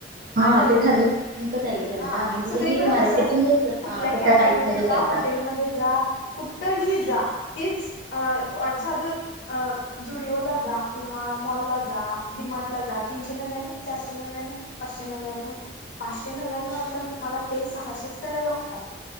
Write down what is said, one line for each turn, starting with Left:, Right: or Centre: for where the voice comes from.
Right: हा
Left: आणि
Right: ते ठरले <unintelligible>
Left: हा
Right: म्हणजे
Left: सगळीकडे
Right: त्यांनी मार्केटिंगच
Left: तसच कुठल्या
Right: हा तशा
Left: कॅफेमध्ये
Right: टाईप मध्ये
Left: जा
Right: करतात
Left: हॉटेल मध्ये जा कु तर ही जा तच अ वषद अ जुडिओ ला जा किंवा मॉल ला जा डिमार्ट ला जा तीनशे नव्यान चारशे नव्यान पाचशे नव्याण्णव पाचशे नव्याण्णव पण तुम्हाला तेे सहाशेच करायला लागतात